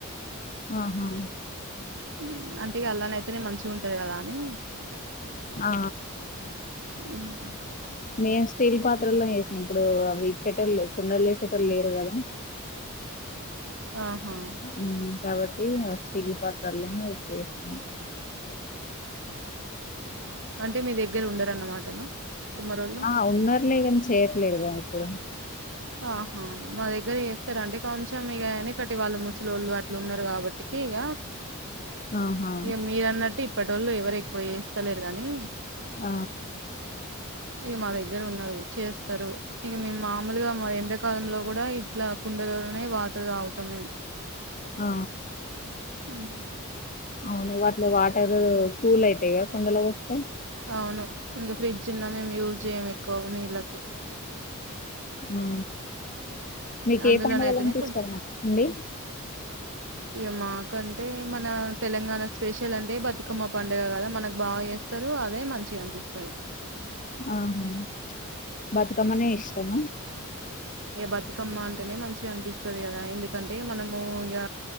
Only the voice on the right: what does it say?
మ్ అంటే గాఅల్లానైతేనే మంచిగుంటది కదా అని
ఉమ్
ఆహా
అంటే మీ దగ్గర ఉండరన్నమాటనా కుమ్మరోళ్ళు
ఆహా మా దగ్గర చేస్తారంటే కొంచెం ఇగ ఎనికటి వాళ్ళు ముసలోళ్ళు అట్లున్నారు కాబట్టికి ఇగ
ఇగ మీరన్నట్టు ఇప్పటోళ్ళు ఎవరు ఎక్కువ చేస్తలేరు గాని
ఇగ మా దగ్గర ఉన్నారు చేస్తరు ఇగ మేము మామూలుగా మరి ఎండాకాలంలో కూడా ఇట్లా కుండలోనే వాటర్ తాగుతాం మేము
ఉమ్
అవును ఇంకా ఫ్రిడ్జ్ ఉన్నా మేము యూజ్ చేయ్యము ఎక్కువ నీళ్ళకి
అందులోనయితేనే
ఇగ మాకంటే మన తెలంగాణ స్పెషల్ అంటే బతుకమ్మ పండగ కదా మనకు బాగా చేస్తారు అదే మంచిగా అనిపిస్తది
ఇగ బతుకమ్మ అంటేనే మంచిగా అనిపిస్తది కదా ఎందుకంటే మనము ఇగ